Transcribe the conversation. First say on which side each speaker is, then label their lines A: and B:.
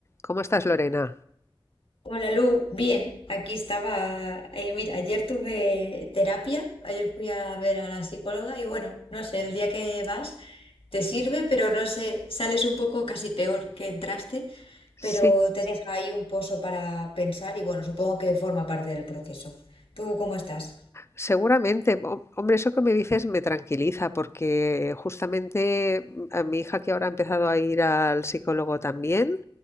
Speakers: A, on the left (about 30°); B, on the left (about 80°).
A: ¿Cómo estás, Lorena?
B: Hola Lu, bien, aquí estaba, eh, mira, ayer tuve terapia, ayer fui a ver a la psicóloga y bueno, no sé, el día que vas te sirve, pero no sé, sales un poco casi peor que entraste,
A: Sí,
B: pero te deja ahí un pozo para pensar y bueno, supongo que forma parte del proceso. ¿Tú cómo estás?
A: Seguramente, Hom- hombre, eso que me dices me tranquiliza porque justamente mm, a mi hija que ahora ha empezado a ir al psicólogo también,